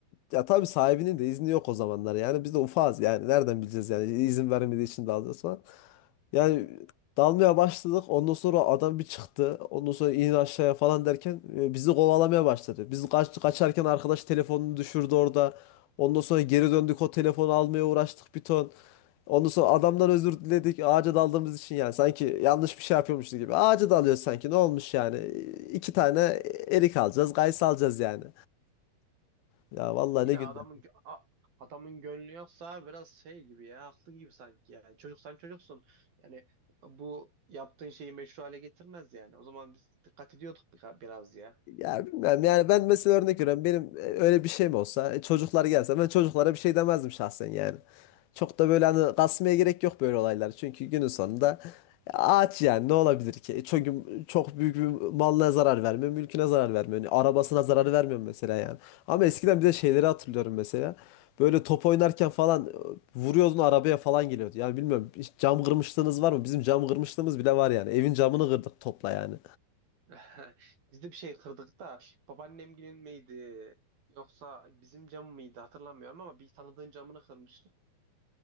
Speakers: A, on the left (about 85°); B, on the right (about 75°).
A: Ya tabii sahibinin de izni yok o zamanlar. Yani biz de ufağız yani. Nereden bileceğiz yani? İzin vermediği için dalıyoruz falan. Yani dalmaya başladık. Ondan sonra adam bir çıktı. Ondan sonra in aşağıya falan derken e, bizi kovalamaya başladı. Biz kaç, kaçarken arkadaş telefonunu düşürdü orada. Ondan sonra geri döndük o telefonu almaya uğraştık bir ton. Ondan sonra adamdan özür diledik ağaca daldığımız için yani. Sanki yanlış bir şey yapıyormuşuz gibi. Ağaca dalıyoruz sanki ne olmuş yani. İki tane erik alacağız, gayısı alacağız yani. Ya vallahi
B: Yine
A: ne günler.
B: adamın gö- a- adamın gönlü yoksa biraz şey gibi ya haklı gibi sanki yani. Çocuk sen çocuksun. Yani bu yaptığın şeyi meşru hale getirmez yani. O zaman biz dikkat ediyorduk birka- biraz ya.
A: Ya bilmem yani ben mesela örnek veriyorum benim e, öyle bir şey mi olsa e, çocuklar gelse ben çocuklara bir şey demezdim şahsen yani. Çok da böyle hani kasmaya gerek yok böyle olaylar çünkü günün sonunda e, ağaç yani ne olabilir ki? E, Çünkü çok büyük bir malına zarar vermiyor, mülküne zarar vermiyor, yani arabasına zarar vermiyor mesela yani. Ama eskiden bir de şeyleri hatırlıyorum mesela. Böyle top oynarken falan e, vuruyordun arabaya falan geliyordu. Yani bilmiyorum hiç cam kırmışlığınız var mı? Bizim cam kırmışlığımız bile var yani. Evin camını kırdık topla yani.
B: <laughs> Biz de bir şey kırdık da babaannemgilin miydi yoksa bizim cam mıydı hatırlamıyorum ama bir tanıdığın camını kırmıştık.